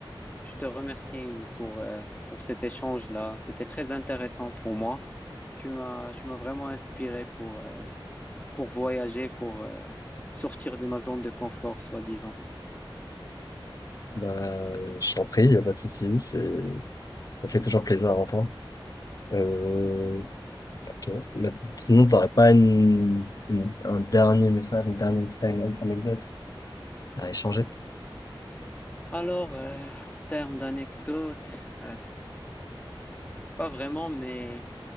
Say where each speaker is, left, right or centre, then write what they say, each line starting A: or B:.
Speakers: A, on the left; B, on the left.
A: Je te remercie pour, euh, pour cet échange-là. C'était très intéressant pour moi. Tu m'as, tu m'as vraiment inspiré pour, euh, pour voyager, pour euh, sortir de ma zone de confort, soi-disant.
B: bah, je t'en prie, y a pas de souci, c'est ça fait toujours plaisir à entendre. Euh, ok. Mais sinon, t'aurais pas une, une- un dernier message, une dernière petite ane- anecdote à échanger?
A: Alors, euh, en termes d'anecdotes, euh, pas vraiment, mais